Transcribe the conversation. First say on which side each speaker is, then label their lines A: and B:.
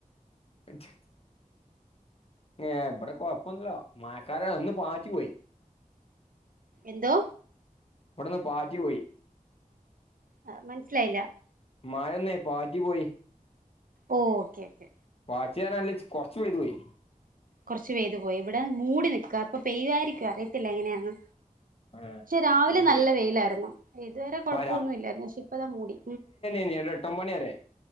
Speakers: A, on the left (about 45°); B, on the right (about 75°).
A: <inaudible> ഏ ഇവിടെ കൊഴപ്പൊന്നുല്ല മഴക്കാല ഒന്ന് പാറ്റി പോയി.
B: എന്തോ
A: ഇവിടൊന്ന് പാറ്റി പോയി.
B: ആ മനസ്സിലായില്ല
A: മഴന്നേ പാറ്റി പോയി
B: ഓ ഓക്കേ ഓക്കേ
A: വാച് നനയനല്ലെച് കൊറച്ച് പെയ്തു പോയി.
B: കുറച്ചു പെയ്തു പോയി ഇവിടെ മൂടി നക്കുവ ഇപ്പൊ പെയുവായിരിക്കും അറിയത്തില്ല എങ്ങനെയന്ന്.
A: ആ
B: പക്ഷെ രാവിലെ
A: അത് ശരി
B: നല്ല വെയിലായിരുന്നു ഇതുവരെ കൊഴപ്പൊന്നു
A: ആ
B: ഇല്ലായിരുന്നു പക്ഷെ ഇപ്പതാ മൂടി.
A: ഏഴു, എട്ട് ഒൻപത് മണി വരെ